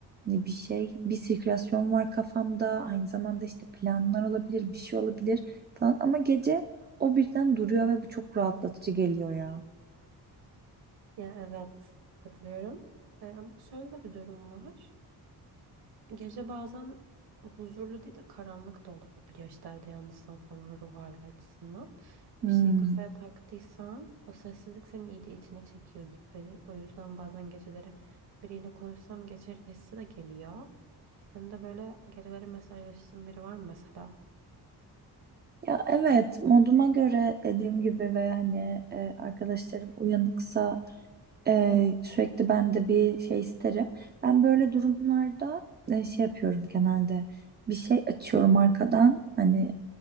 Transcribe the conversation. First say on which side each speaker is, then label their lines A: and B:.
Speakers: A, on the right (about 25°); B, on the right (about 70°).
A: Hani bir şey, bir sirkülasyon var kafamda. Aynı zamanda işte planlar olabilir, bir şey olabilir falan. Ama gece o birden duruyor ve bu çok rahatlatıcı geliyor ya.
B: Ya evet katılıyorum. E, ama şöyle de bir durum var. Gece bazen huzurlu değil de karanlık da olabiliyor. İşte evde yalnızsan falan ruh hali açısından.
A: Hmm.
B: Bir şeyi kafaya taktıysan o sessizlik seni iyice içine çekiyor gibi. O yüzden bazen geceleri biriyle konuşsam geçer hissi de geliyor. Senin de böyle geceleri mesajlaştığın biri var mı mesela?
A: Ya evet moduma göre dediğim gibi ve hani e, arkadaşlarım uyanıksa e, sürekli ben de bir şey isterim. Ben böyle durumlarda e, şey yapıyorum genelde bir şey açıyorum arkadan hani